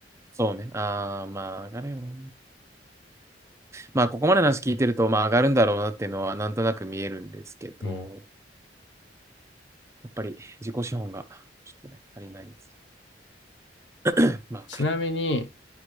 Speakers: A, on the right; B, on the left.
A: そうね。ああ、まあ、上がるよね。まあ、ここまでの話聞いてると、まあ、上がるんだろうなっていうのは、なんとなく見えるんですけど、
B: うん、
A: やっぱり自己資本が、ちょっとね、足りないです。まあ、
B: ちなみに、